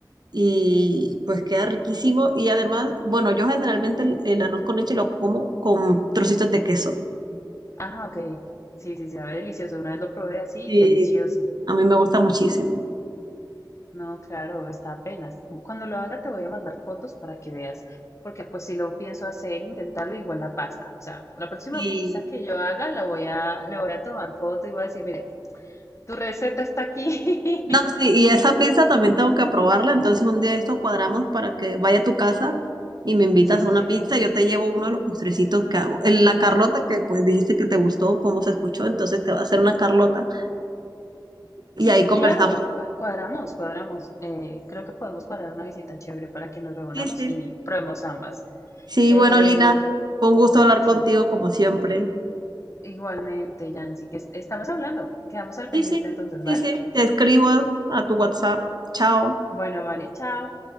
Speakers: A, on the right; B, on the left.
A: y pues queda riquísimo. Y además, bueno, yo generalmente el, el arroz con leche lo como con trocitos de queso.
B: Ah, ok. Sí, sí, sabe delicioso. Una vez lo probé así,
A: Y
B: delicioso.
A: a mí me gusta muchísimo.
B: No, claro, está apenas. Cuando lo haga te voy a mandar fotos para que veas, porque pues si lo pienso hacer, intentarlo igual la pasta. O sea, la próxima
A: Y
B: pizza que yo haga la voy a, le voy a tomar foto y voy a decir, mire, tu receta está aquí.
A: no, sí,
B: <laughs>
A: y esa pizza también tengo que probarla. Entonces un día esto cuadramos para que vaya a tu casa y me invitas
B: Sí, sí,
A: a una
B: sí.
A: pizza. Yo te llevo uno de los postrecitos que hago. El- La Carlota que pues dijiste que te gustó, cómo se escuchó, entonces te va a hacer una Carlota. Y
B: Sí,
A: ahí
B: sí,
A: conversamos
B: claro, pa- cuadramos, cuadramos. Eh, creo que podemos cuadrar una visita chévere para que nos reunamos
A: Sí, sí.
B: y probemos ambas.
A: Sí,
B: Eh,
A: bueno, Lina, fue un gusto hablar
B: sí,
A: contigo como siempre.
B: igualmente, Yancy, que es- estamos hablando. Quedamos al pendiente
A: Sí, sí,
B: entonces,
A: sí,
B: ¿vale?
A: sí. Te escribo a tu WhatsApp. Chao.
B: Bueno, vale, chao.